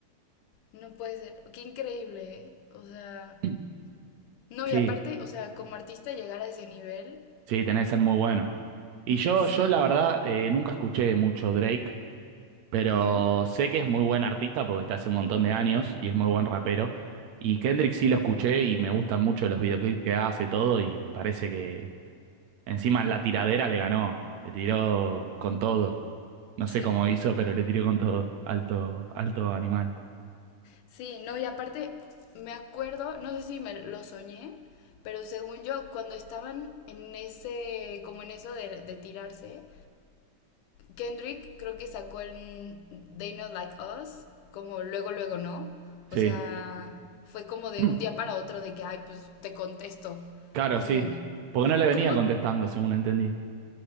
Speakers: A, on the left (about 80°); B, on the right (about 70°).
A: No puede ser. Qué increíble, ¿eh? O sea.
B: <clears throat>
A: No,
B: Sí,
A: y aparte, o sea, como artista llegar a ese nivel,
B: sí, tenés que ser muy bueno. Y yo,
A: sí.
B: yo la verdad, eh, nunca escuché mucho Drake, pero
A: Ujú,
B: sé que es muy buen artista porque está hace un montón de años y es muy buen rapero. Y Kendrick sí lo escuché y me gustan mucho los videoclips que hace todo y me parece que encima en la tiradera le ganó, le tiró con todo. No
A: Sí,
B: sé cómo hizo, pero le tiró con todo. Alto, alto animal.
A: sí, no, y aparte me acuerdo, no sé si me lo soñé, pero según yo, cuando estaban en ese, como en eso de, de tirarse, Kendrick creo que sacó el They Not Like Us, como luego, luego, ¿no?
B: Sí.
A: O sea, fue como de
B: <clears throat>
A: un día para otro de que, ay, pues te contesto,
B: Claro,
A: como...
B: sí. Porque no le venía
A: ¿Cómo?
B: contestando, según entendí.